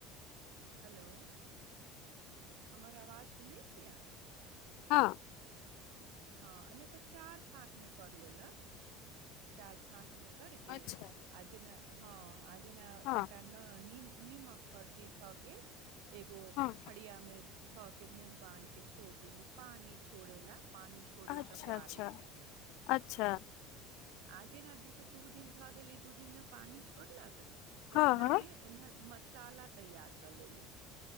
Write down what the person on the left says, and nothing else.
हँ
अच्छा
हँ
हँ
अच्छा
अच्छा
अच्छा
हँ
हँ